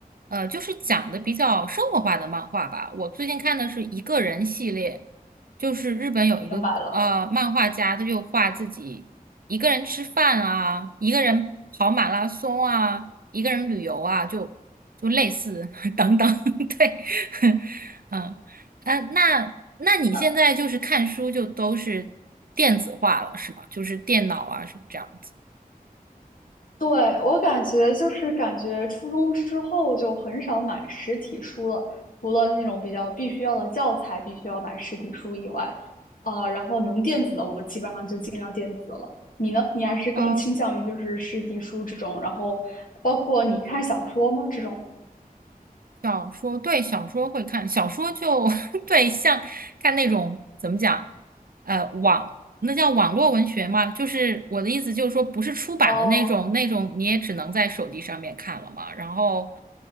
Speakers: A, on the right; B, on the left.
A: 呃，就是讲的比较生活化的漫画吧。我最近看的是一个人系列，就是日本有一个呃漫画家，
B: 明白了。
A: 他就画自己一个人吃饭啊，一个人跑马拉松啊，一个人旅游啊，就就类似 <laughs> 等等，<laughs> 对，<laughs> 嗯。呃，那那你现在就是看书就都是电子化了，
B: 那
A: 是吗？就是电脑啊什么这样子。
B: 对，我感觉就是感觉初中之后就很少买实体书了，除了那种比较必须要的教材必须要买实体书以外，呃，然后能电子的我基本上就尽量电子了。你呢？你还是更倾向于就是实体书这种，
A: 哦，
B: 然后包括你看小说吗？这种？
A: 小说，对，小说会看，小说就 <laughs> 对，像看那种怎么讲，呃，网，那叫网络文学嘛，就是我的意思就是说，不是出版的那种，
B: 哦，
A: 那种你也只能在手机上面看了嘛。然后，